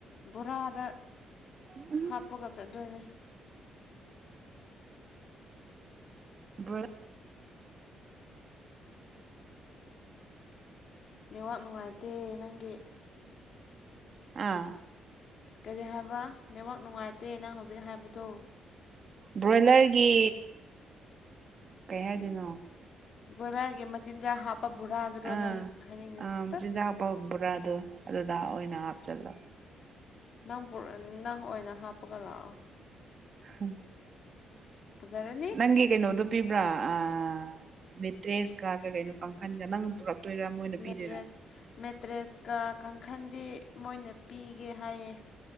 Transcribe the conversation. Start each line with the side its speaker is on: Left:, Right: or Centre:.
Left: ꯕꯣꯔꯥꯗ
Right: ꯎꯝ
Left: ꯍꯥꯞꯄꯒ ꯆꯠꯗꯣꯏꯅꯦ
Right: ꯕ.
Left: ꯅꯤꯉꯥꯛ ꯅꯨꯡꯉꯥꯏꯇꯦ ꯅꯪꯒꯤ
Right: ꯑꯥ
Left: ꯀꯔꯤ ꯍꯥꯏꯕ ꯅꯦꯠꯋꯥꯛ ꯅꯨꯡꯉꯥꯏꯇꯦ ꯑꯩꯅ ꯍꯧꯖꯤꯛ ꯍꯥꯏꯕꯗꯣ
Right: ꯕ꯭ꯔꯣꯏꯂꯔꯒꯤ ꯀꯩ ꯍꯥꯏꯗꯣꯏꯅꯣ
Left: ꯕ꯭ꯔꯣꯏꯂꯔꯒꯤ ꯃꯆꯤꯟꯖꯥꯛ ꯍꯥꯞꯄ ꯕꯣꯔꯥꯗꯨꯗꯣ
Right: ꯑꯥ
Left: ꯅꯪ ꯍꯥꯏꯅꯤꯡꯉꯤ
Right: ꯑꯥ ꯃꯆꯤꯟꯖꯥꯛ
Left: ꯇꯠ
Right: ꯍꯥꯞꯄ ꯕꯣꯔꯥꯗꯣ ꯑꯗꯨꯗꯥ ꯑꯣꯏꯅ ꯍꯥꯞꯆꯤꯜꯂꯣ
Left: ꯅꯪ ꯅꯪ ꯑꯣꯏꯅ ꯍꯥꯞꯄꯒ ꯂꯥꯛꯑꯣ
Right: ꯎꯝ
Left: ꯐꯖꯔꯅꯤ
Right: ꯅꯪꯒꯤ ꯀꯩꯅꯣꯗꯣ ꯄꯤꯕ꯭ꯔꯥ ꯑ ꯃꯤꯇ꯭ꯔꯦꯁꯀ ꯀꯩ ꯀꯩꯅꯣ ꯀꯥꯡꯈꯟꯒ ꯅꯪ ꯄꯨꯔꯛꯇꯣꯏꯔꯥ ꯃꯣꯏꯅ ꯄꯤꯗꯣꯏꯔꯥ
Left: ꯃꯦꯇ꯭ꯔꯦꯁ ꯃꯦꯇ꯭ꯔꯦꯁꯀ ꯀꯥꯡꯈꯟꯗꯤ ꯃꯣꯏꯅ ꯄꯤꯒꯦ ꯍꯥꯏꯌꯦ